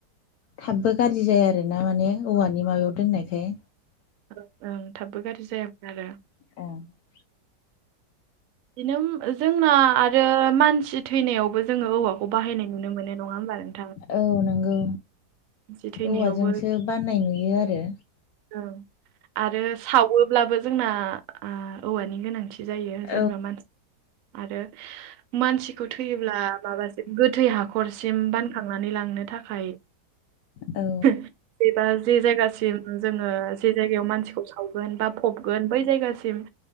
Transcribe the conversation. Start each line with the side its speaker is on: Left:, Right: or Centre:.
Left: थाबबो गाज्रि जाया आरोना माने औवानि माबायाव दोननायखाय
Right: ओं ओं थाबबो गाज्रि जायामोन आरो।
Left: <unintelligible>
Right: बिदिनो जोंना आरो मानसि थैनायावबो जोङो औवाखौ बाहायनाय नुनो मोनो नङा होमबा नोंथां
Left: औ नोंगौ
Right: मानसि थैनायावबो
Left: औवाजोंसो बाननाय नुयो आरो
Right: औ आरो सावोब्लाबो जोंना आ औवानि गोनांथि जायो
Left: औ
Right: जेनेबा मानसि आरो मानसिखौ थैयोब्ला माबादि गोथै हाखरसिम बानखांनानै लांनो थाखाय
Left: औ
Right: <unintelligible> एबा जे जायगासिम जोङो जे जायगायाव मानसिखौ सावगोन बा फबगोन बै जायगासिम